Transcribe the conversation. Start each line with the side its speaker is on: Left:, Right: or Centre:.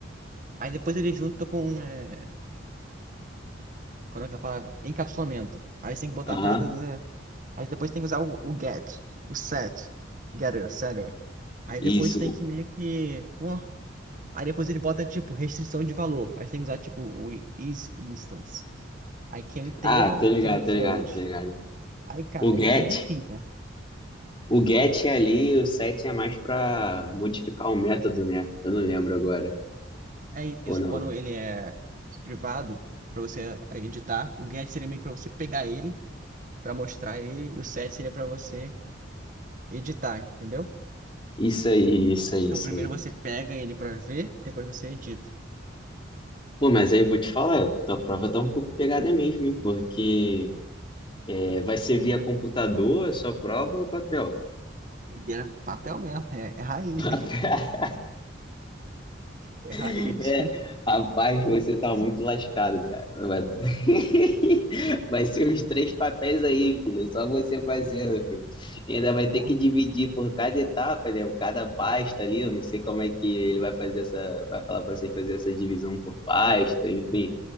Right: Aí depois ele junta com. É... Qual é que é a palavra? Encapsulamento. Aí você tem que botar
Left: Aham.
Right: a parada da- Aí depois tem que usar o, o get, o set, getter, setter. Aí
Left: Isso.
Right: depois tem que meio que, pô, aí depois ele bota tipo restrição de valor. Aí tem que usar tipo o is instance. Aí que é um inteiro,
Left: Ah, tô
Right: o
Left: ligado,
Right: que é um float.
Left: tô ligado, tô ligado.
Right: Aí, cara,
Left: O
Right: aí,
Left: get,
Right: aí não tem fim, cara.
Left: o get é ali, o set é mais pra modificar o método, né? Eu não lembro agora.
Right: É
Left: Ou
Right: isso,
Left: não.
Right: quando ele é privado, pra você editar, o get seria meio que pra você pegar ele, pra mostrar ele, e o set seria pra você editar, entendeu?
Left: Isso aí, isso aí,
Right: Então
Left: isso
Right: primeiro
Left: aí.
Right: você pega ele pra ver, depois você edita.
Left: Pô, mas aí eu vou te falar, tua prova tá um pouco pegada mesmo, hein? Porque é, vai ser via computador a sua prova ou papel?
Right: E era papel mesmo, é, é raiz.
Left: <laughs>
Right: É raiz.
Left: <laughs> É, rapaz, você tá muito
Right: <laughs>
Left: lascado, cara. Vai, <laughs> vai ser uns três papéis aí, filho. Só você fazendo, filho. E ainda vai ter
Right: Pô,
Left: que dividir por cada etapa, né? Cada pasta ali. Eu não sei como é que ele vai fazer essa. Vai falar pra vocês fazer essa divisão por pasta, enfim.